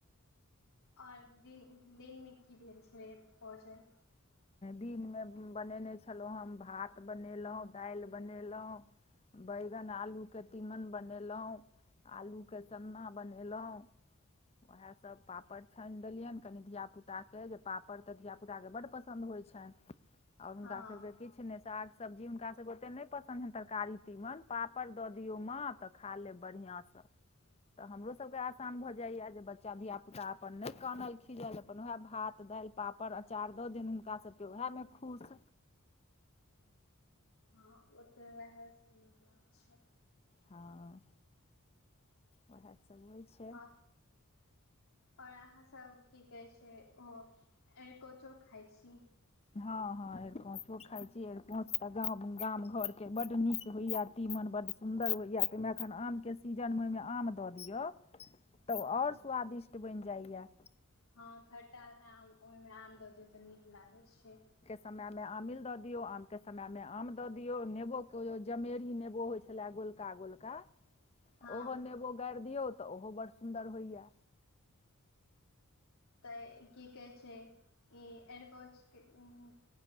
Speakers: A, on the left; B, on the left.
A: आओर दिन दिनमे की भेल छलै भोजन।
B: दिनमे बनेने छलहुँ हम भात बनेलहु, दालि बनेलहुँ बैगन आलूके तीमन बनेलहुँ आलूके सन्ना बनेलहुँ उएहे सब पापड़ छानि देलियनि कनि धिया पुताके जे पापड़ तऽ धिया पुता के बड पसन्द पसन्द होइ छन। आओर हुनकासभके
A: हँ
B: किछु नहि साग सब्जी हुनकासभके ओतेक नहि पसन्द हेतनि तरकारी तीमन पापड़ दऽ दियौ माँ तऽ खा लेब बढ़िआँसँ। तऽ हमरो सब के आसान भऽ जाइए जे बच्चा धियापुता अपन नै कानल- खिजल अपन उहे भात, दैल। पापड़ आचार दऽ दियौ हुनका सबके ओएह मे खुश।
A: हँ ओतऽ वएहसँ निक लागै छै।
B: हँ ओएह सब <unintelligible>
A: अह और आहाँ सब की कहै छै ओ एरकोचो खाइ छी।
B: हँ हँं एरकोचो खाय छी एरकोंच तऽ गाम -गाम घर के बड़ नीक होइया तीमन बड सुन न्दर होया तैय मे अखन ओहिमे एखन आमके सीजनमे ओहिमे आम दऽ दियौ। तऽ और
A: हँ
B: स्वादिष्ट बैन जायया।
A: हँ खट्टा आम ओय मे आम दऽ दियौ तऽ नीक लागै छै।
B: समय मे आमिल दऽ दियो आम के समय मे आम दऽ दियो नेबो के जमेरी नेबो होय छै छेला गोलका -गोलका
A: हँ
B: ओहो नेबो गाइर दियौ तऽ ओहो बड़ सुन्दर होय या।
A: तऽ की कहै छै ई एरिकोच के उं हूँ।